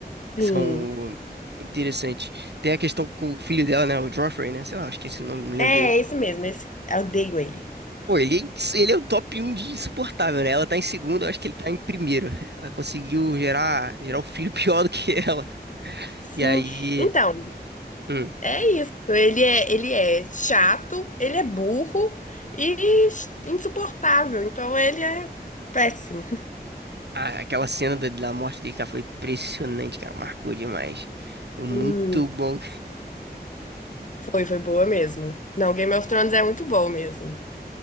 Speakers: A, on the right (about 80°); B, on the left (about 45°).
A: que
B: Sim.
A: são interessantes. Tem a questão com o filho dela, né? O Joffrey, né? Sei lá, acho que esse nome, não lembro
B: É,
A: direito.
B: esse mesmo, esse, eu odeio ele.
A: Pô, ele, ele é o top um de insuportável, né? Ela tá em segundo, eu acho que ele tá em primeiro. Ela conseguiu gerar, gerar o filho <laughs> pior do que ela.
B: Sim.
A: E aí.
B: Então,
A: hum.
B: é isso. Ele é, ele é chato, ele é burro e insuportável. Então ele é péssimo.
A: Ah, aquela cena da, da morte dele, cara, foi impressionante, cara. Marcou demais. Muito
B: Sim.
A: bom.
B: Foi, foi boa mesmo. Não, Game of Thrones é muito bom mesmo.